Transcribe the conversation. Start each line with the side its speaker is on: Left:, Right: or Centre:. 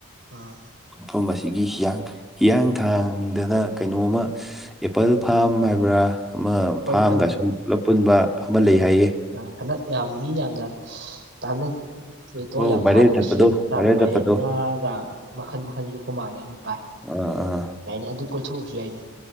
Right: ꯑ
Centre: ꯃꯐꯝ ꯑꯁꯤꯒꯤ ꯍꯤꯌꯥꯡ ꯍꯤꯌꯥꯡꯊꯥꯡꯗꯅ ꯀꯩꯅꯣꯝꯃ ꯑꯦꯄꯜ ꯐꯥꯝ ꯍꯥꯏꯕ꯭ꯔꯥ ꯑꯃ
Right: ꯑꯩꯈꯣꯏ
Centre: ꯐꯥꯝꯒ
Right: ꯑꯪ
Centre: ꯁꯨꯝ ꯄꯨꯂꯞ ꯄꯨꯟꯕ ꯑꯃ ꯂꯩ ꯍꯥꯏꯌꯦ
Right: ꯑ ꯍꯟꯗꯛ ꯌꯥꯝ ꯃꯤ ꯌꯥꯝꯅ ꯇꯥꯟꯅꯩ ꯐꯇꯣ
Centre: ꯑꯣ
Right: ꯌꯥꯝ
Centre: ꯚꯥꯏꯔꯦꯜ
Right: ꯊꯥꯠꯄ
Centre: ꯆꯠꯄꯗꯣ
Right: ꯁꯦꯜ ꯊꯥꯄ
Centre: ꯚꯥꯏꯔꯦꯜ ꯆꯠꯄꯗꯣ
Right: ꯉꯥꯒ ꯃꯈꯟ ꯃꯈꯟꯁꯨ ꯌꯣꯛꯄ ꯃꯥꯜꯂꯦ ꯑꯃ ꯇꯥꯏ
Centre: ꯑꯥ ꯑꯥ
Right: ꯌꯥꯏꯅꯦ ꯑꯗꯨ ꯀꯣꯏꯊꯣꯛꯑꯁꯨ ꯌꯥꯏꯅꯦ